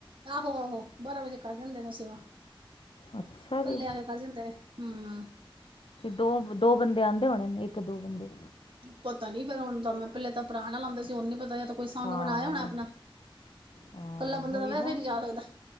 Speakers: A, on the right (about 70°); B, on the left (about 75°).
A: ਆਹੋ ਆਹੋ ਬਾਰਾਂ ਵਜੇ ਕਰ ਜਾਂਦੇ ਨੇ ਸੇਵਾ
B: ਅੱਛਾ
A: ਕੱਲੇ
B: ਜੀ
A: ਕਰ ਜਾਂਦੇ ਹੂੰ
B: ਦੋ ਦੋ ਬੰਦੇ ਆਂਦੇ ਹੋਣੇ ਨੇ ਇੱਕ ਦੋ ਬੰਦੇ
A: ਪਤਾ ਨੀ ਫੇਰ ਹੁਨ ਤਾਂ ਮੈਂ ਪੈਲੇ ਤਾਂ ਭਰਾ ਨਾਲ ਆਂਦੇ ਸੀ, ਹੁਨ ਨੀ ਪਤਾ ਯਾਂਤਾ ਕੋਈ ਸੰਗ
B: ਹਾਂ
A: ਬਣਾਇਆ ਹੋਣਾ ਆਪਣਾ
B: ਹਾਂ
A: ਕੱਲਾ ਬੰਦਾ
B: ਹੋਈ
A: ਤਾਂ ਵੈਸੇ
B: ਨਾ
A: ਹੀ ਨਹੀਂ ਜਾ ਸਕਦਾ